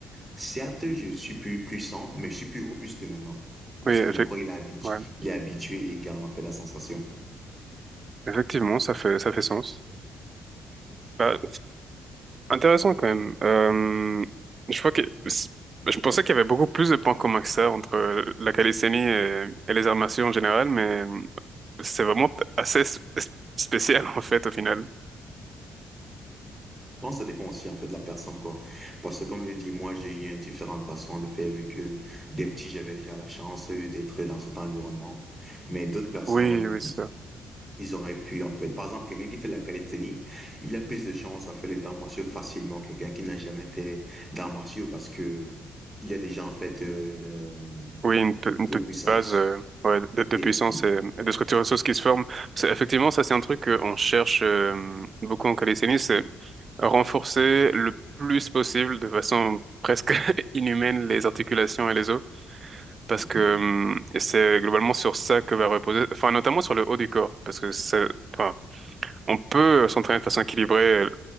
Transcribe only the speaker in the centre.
certes, je suis plus puissant, mais je suis plus robuste maintenant. Parce
que mon
corps, il est habitué,
il est habitué et il garde en fait la sensation.
pense que ça dépend aussi en fait de la personne quoi. Parce que comme je dis, moi j'ai eu une différente façon de faire vu que des petits j'avais déjà la chance euh, d'être dans cet environnement, mais d'autres personnes
ils
ils auraient pu en fait. Par exemple, quelqu'un qui fait de la calisthénie, il a plus de chances à faire les arts martiaux facilement que quelqu'un qui n'a jamais fait d'arts martiaux parce que il a déjà en fait euh, le-
de
la puissance.
Yeah.
Mhm.